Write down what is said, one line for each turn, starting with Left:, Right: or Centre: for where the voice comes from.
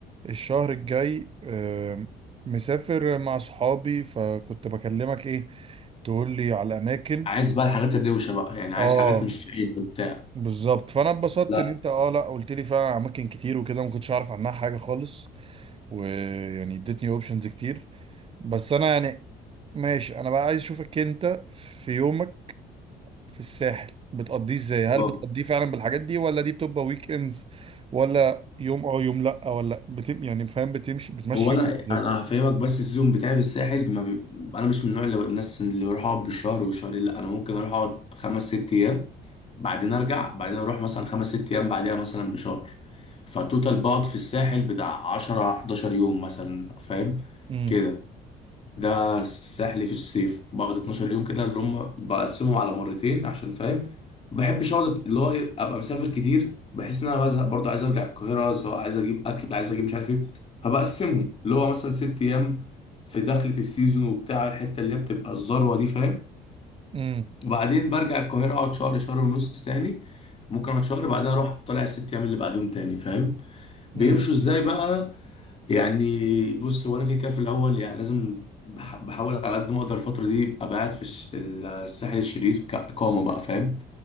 Right: الشهر الجاي آم، مسافر مع صحابي فكنت بكلمك ايه تقول لي على الاماكن
Left: عايز بقى الحاجات الروشة بقى يعني عايز
Right: اه
Left: حاجات مش عيد وبتاع
Right: بالظبط فانا اتبسطت
Left: لا
Right: ان انت اه لا قلت لي فعلا على اماكن كتير وكده ما كنتش اعرف عنها حاجة خالص ويعني اديتني اوبشنز كتير بس انا يعني ماشي انا بقى عايز اشوفك انت في يومك في الساحل بتقضيه ازاي هل
Left: اه
Right: بتقضيه فعلا بالحاجات دي ولا دي بتبقى ويك اندز ولا يوم اه يوم لا ولا بتم يعني فاهم بتمشي بتمشي
Left: هو انا
Right: يومك ازاي
Left: انا هفهمك بس السيزون بتاعي في الساحل ما بي... انا مش من النوع اللي الناس اللي بروح اقعد بالشهر والشهرين لا انا ممكن اروح اقعد خمس ست ايام بعدين ارجع بعدين اروح مثلا خمس ست ايام بعدها مثلا بشهر فتوتال بقعد في الساحل بتاع 10 11 يوم مثلا فاهم
Right: امم
Left: كده ده سحلي في الصيف بقعد 12 يوم كده اللي هم بقسمهم على مرتين عشان فاهم ما بحبش اقعد اللي هو إيه، ابقى مسافر كتير بحس ان انا بزهق برضه عايز ارجع القاهره سواء عايز اجيب اكل عايز اجيب مش عارف ايه فبقسمهم اللي هو مثلا ست ايام في دخلة السيزون وبتاع الحته اللي هي بتبقى الذروه دي فاهم
Right: امم
Left: وبعدين برجع القاهره اقعد شهر شهر ونص تاني ممكن اقعد شهر بعدين اروح طالع الست ايام اللي بعديهم تاني فاهم بيمشوا
Right: امم
Left: ازاي بقى يعني بص هو انا كده كده في الاول يعني لازم بح- بحاول على قد ما اقدر الفتره دي ابقى قاعد في الش- الساحل الشرير كاقامه بقى فاهم